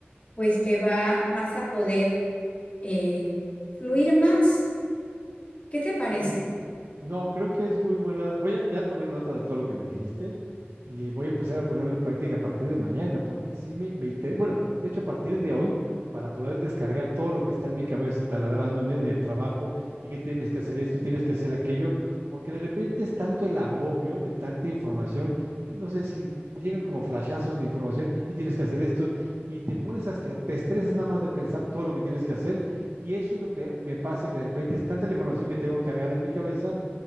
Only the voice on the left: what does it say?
pues te va, vas a poder eh, fluir más. ¿Qué te parece?